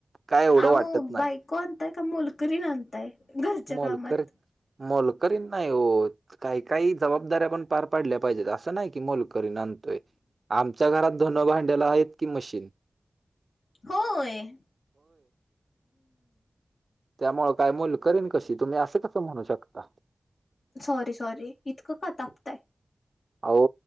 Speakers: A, on the right; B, on the left.
A: काय एवढं
B: आवो
A: वाटत नाही
B: बायको आणताय का मोलकरीन आणताय घरच्या
A: मोलकर
B: कामात
A: मोलकरीन नाही हो काही काही जबाब दाऱ्या पण पार पाडल्या पाहिजेत असं नाही की मोलकरी आणतोय. आमच्या घरात धुनं भांड्याला आहेत की मशीन.
B: होय हम्म.
A: त्यामुळ काय मोलकरीन कशी तुम्ही असं कसं म्हणू शकता?
B: सॉरी सॉरी इतकं का तापताय?
A: आवो